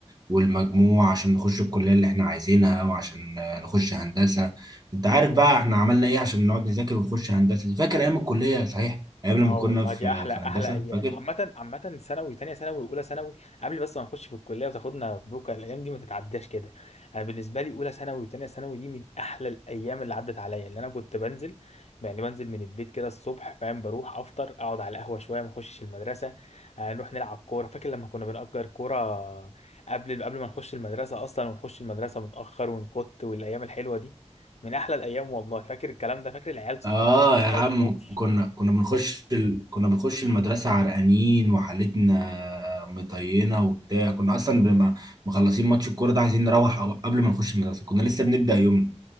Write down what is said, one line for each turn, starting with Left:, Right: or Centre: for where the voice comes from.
Right: والمجموع عشان نخش الكلية اللي احنا عايزينها وعشان آه، نخش هندسة انت عارف بقى احنا عملنا ايه عشان نقعد نذاكر ونخش هندسة دي فاكر ايام الكلية صحيح ايام لما
Left: اه
Right: كنا
Left: والله
Right: في
Left: دي احلى
Right: في
Left: احلى
Right: هندسة
Left: ايام
Right: فاكر
Left: عامه عامه ثانوي تانية ثانوي واولى ثانوي قبل بس ما نخش في الكليه وتاخدنا بوكا الايام دي ما تتعداش كده انا بالنسبه لي اولى ثانوي وتانية ثانوي دي من احلى الايام اللي عدت عليا اللي انا كنت بنزل يعني بنزل من البيت كده الصبح فاهم بروح افطر اقعد على القهوه شويه ما اخشش المدرسه آه، نروح نلعب كوره فاكر لما كنا بنأجر كوره قبل قبل ما نخش المدرسه اصلا ونخش المدرسه متاخر ونكت والايام الحلوه دي من احلى الايام والله فاكر الكلام ده فاكر العيال
Right: اه
Left: صحابنا ما
Right: يا عم
Left: تتجاوزش
Right: كنا كنا بنخش ال... كنا بنخش المدرسة عرقانين وحالتنا مطينة وبتاع كنا اصلا بنبقى مخلصين ماتش الكورة ده عايزين نروح أو- قبل ما نخش المدرسة كنا لسه بنبدأ يومنا